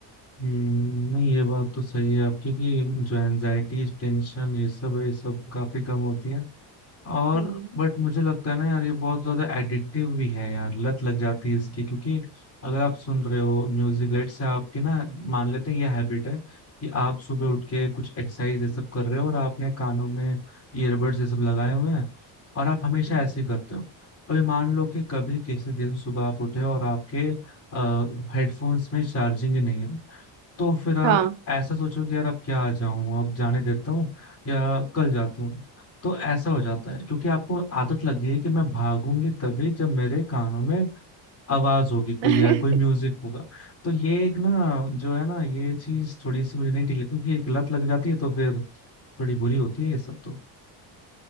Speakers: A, on the left; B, on the right.
A: हम्म, नहीं ये बात तो सही है आपकी कि जो एनजाइटी टेंशन ये सब है ये सब काफी कम होती है और
B: हम्म
A: बट मुझे लगता है ना यार ये बहुत ज्यादा एडिक्टिव भी है यार लत लग जाती है इसकी क्योंकि अगर आप सुन रहे हो म्यूजिक लेट से आपकी ना मान लेते हैं ये हैबिट है कि आप सुबह उठ के कुछ एक्सरसाइज ये सब कर रहे हो और आपने कानों में ईयरबड्स ये सब लगाए हुए हैं और आप हमेशा
B: हम्म।
A: ऐसे ही करते हो अभी मान लो कि कभी किसी दिन सुबह आप उठे और आपके हेडफोन्स में चार्जिंग ही नहीं है तो फिर आप
B: हाँ
A: ऐसा सोचो कि यार अब क्या आ जाऊं अब जाने देता हूँ या कल जाता हूँ तो ऐसा हो जाता है क्योंकि आपको आदत लग गई है कि मैं भागूंगी तभी जब मेरे कानों में आवाज होगी कोई
B: <laughs>
A: या कोई म्यूजिक होगा तो ये एक ना जो है ना ये चीज थोड़ी सी मुझे नहीं ठीक लगती क्योंकि एक लत लग जाती है तो फिर थोड़ी बुरी होती है ये सब तो